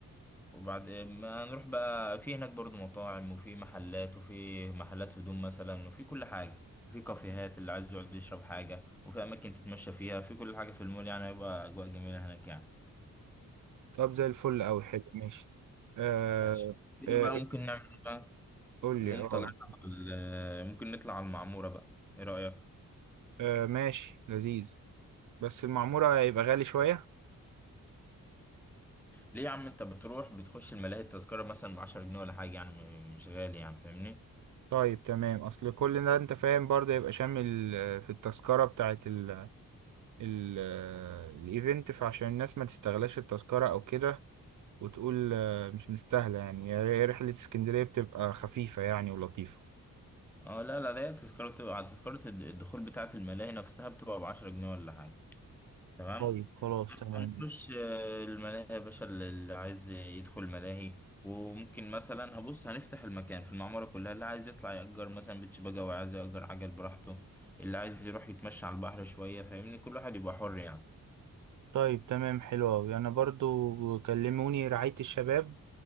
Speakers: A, in the centre; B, on the right (about 65°).
A: وبعد ما نروح بقى في هناك برضو مطاعم وفي محلات وفي محلات هدوم مثلا وفي كل حاجة وفي كافيهات اللي عايز يقعد يشرب حاجة وفي أماكن تتمشى فيها في كل حاجة في المول يعني هيبقى أجواء جميلة هناك يعني
B: طب زي الفل أوي حلو ماشي أه
A: ماشي كده
B: أه
A: بقى
B: إيه؟
A: ممكن نعمل إيه بقى
B: قول
A: نقوم
B: لي أه
A: طالعين على ال- آه، ممكن نطلع على المعمورة بقى ايه رأيك
B: أه ماشي لذيذ بس المعمورة هيبقى غالي شوية
A: ليه يا عم انت بتروح بتخش الملاهي التذكرة مثلا ب 10 جنيه ولا حاجة يعني م- مش غالي يعني فاهمني
B: طيب تمام اصل كل ده انت فاهم برضه يبقى شامل آه، في التذكرة بتاعت ال- الايفنت فعشان الناس ما تستغلاش التذكرة او كده وتقول آه، مش مستاهلة يعني هي رحلة اسكندرية بتبقى خفيفة يعني ولطيفة
A: اه لا لا ده تذكرة بتبقى على تذكرة الد- الدخول بتاعة الملاهي نفسها بتبقى بعشرة جنيه ولا حاجة تمام
B: طيب خلاص تمام
A: هنخش آه، الملاهي يا باشا اللي اللي عايز يدخل الملاهي وممكن مثلا هبص هنفتح المكان في المعمورة كلها اللي عايز يطلع يأجر مثلا بيتش باجا وعايز يأجر عجل براحته اللي عايز يروح يتمشى على البحر شوية فاهمني كل واحد يبقى حر يعني
B: طيب تمام حلو أوي أنا برضو كلموني رعاية الشباب